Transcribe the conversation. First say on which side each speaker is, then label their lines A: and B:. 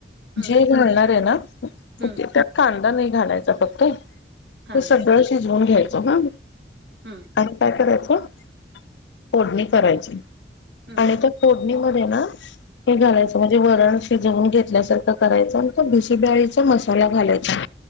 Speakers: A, on the right (about 75°); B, on the left (about 90°).
A: हम्म
B: जे घालणार आहे ना
A: हम्म
B: उटी तर कां तनी घालायचा फक्त
A: हा
B: सगळं शिजवून घ्यायचं ह.
A: हम्म.
B: आणि काय करायचं? फोडणी करायची
A: हम्म
B: आणि त्या फोड णी मध्ये ना, हे घालायच, म्हणजे वरण शिजवून घेतल्यासारखं करायच आणि तो भिशीब्याळीचा मसाला घालायचा